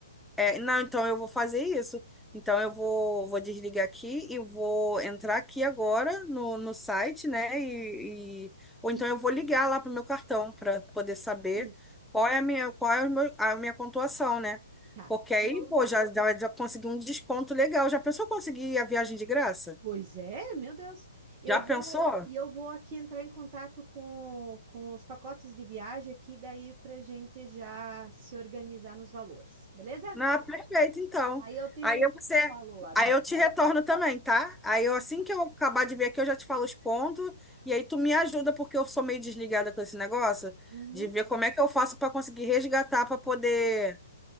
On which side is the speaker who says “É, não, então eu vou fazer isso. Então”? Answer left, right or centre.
Centre